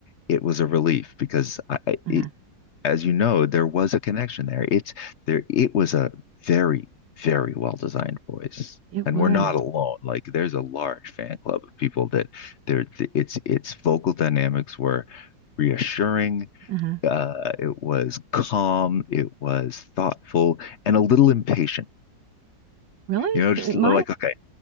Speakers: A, on the left; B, on the right.
A: it was a relief because I,
B: Uh-huh.
A: I- as you know, there was a connection there. It's there. It was a very, very well designed voice,
B: It
A: and
B: was.
A: we're not alone. Like there's a large fan club of people that there. It's its vocal dynamics were reassuring.
B: Uh-huh.
A: Uh, it was calm. It was thoughtful and a little impatient.
B: Really?
A: You know, just
B: It
A: like
B: might.
A: okay,